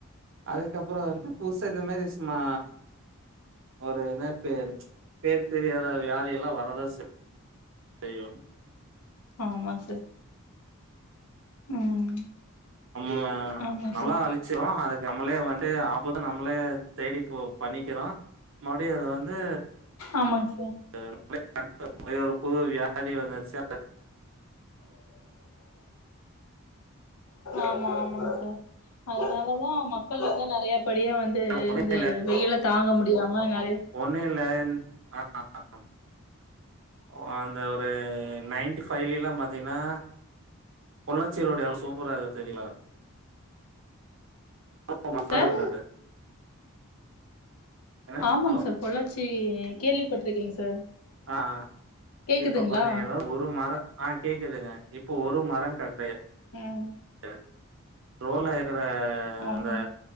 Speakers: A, on the right (about 55°); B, on the left (about 80°).
A: அதுக்கப்புறம் வந்து பூசா இந்த மாதிரி சும்மா ஒரு என்ன பே பேர் தெரியாத வியாதி எல்லா வரதா செய்யு
B: ஆமா சார் ம்
A: நம்முள
B: ஆமாங்
A: நல்லா
B: சார்
A: அழிச் ச்சோ அதுக்கு நம்மளே வந்து ஆபத்தூ நம்மளே தேடிப்போ பண்ணிக்கிறோ மறுபடி அது வந்து
B: ஆமாங்க சார்
A: <inaudible> ஒரு புது வியாதி வந்துடுச்சு <inaudible>
B: ஆமா ஆமாங்க சார் அதனாலதா மக்கள் வந்து நறைய படிய வந்து
A: ஒன்றும்
B: இந்த வெயில தாங்க முடியாம நறைய
A: ஒண்ணு இல்ல ம் <inaudible> ஓ அந்த ஒரு நைன்டி ஃபைவ்லேலா பாத்தீங்கன்னா பொள்ளாச்சி ரோடு அவ்ளோ சூப்பரா இருக்கு தெரியுங்களா <inaudible> தா
B: சார்
A: இருந்தது என்ன?
B: ஆமாங்க
A: ஹலோ
B: சார் பொள்ளாச்சி கேள்விபட்டிருக்கேங் சார்
A: அ
B: கேக்குதுங்களா
A: இப்ப பாருங்க ஏதாது ஒரு மர அ கேக்குதுங்க இப்போ ஒரு மர கெடையாது
B: ம்
A: இவ ரோட்ராயல
B: ஆஹா
A: அந்த